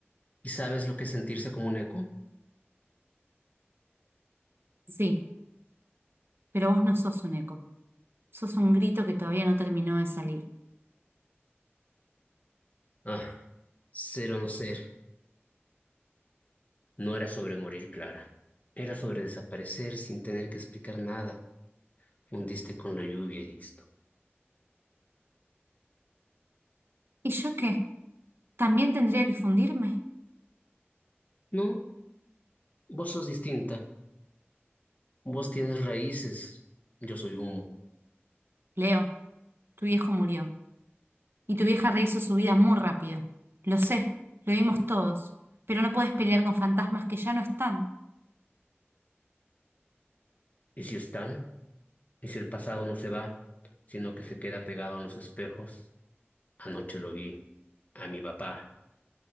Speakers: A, on the left (about 35°); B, on the right (about 60°).
A: ¿Y sabes lo que es sentirse como un eco?
B: Sí, pero vos no sos un eco. Sos un grito que todavía no terminó de salir.
A: Ah, ser o no ser. No era sobre morir, Clara. Era sobre desaparecer sin tener que explicar nada. Fundiste con la lluvia y listo.
B: ¿Y yo qué? ¿También tendría que fundirme?
A: No, vos sos distinta. Vos tienes raíces. Yo soy humo.
B: Leo, tu viejo murió. Y tu vieja rehizo su vida muy rápido. Lo sé, lo vimos todos. Pero no puedes pelear con fantasmas que ya no están.
A: ¿Y si están? ¿Y si el pasado no se va, sino que se queda pegado a los espejos? Anoche lo vi. A mi papá.